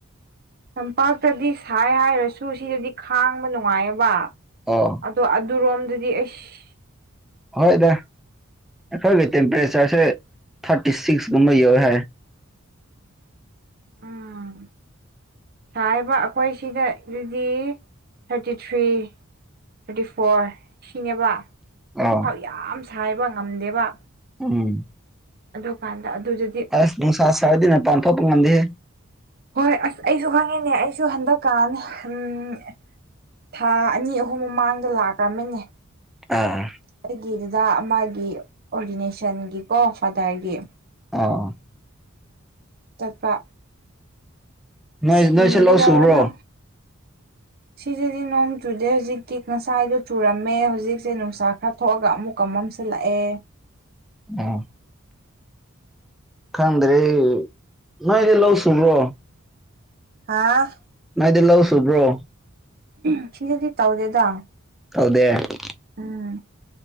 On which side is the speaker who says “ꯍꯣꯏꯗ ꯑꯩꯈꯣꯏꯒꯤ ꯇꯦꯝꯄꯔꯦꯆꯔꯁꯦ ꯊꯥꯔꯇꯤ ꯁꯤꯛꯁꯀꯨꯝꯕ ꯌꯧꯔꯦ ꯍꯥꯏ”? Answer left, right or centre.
Centre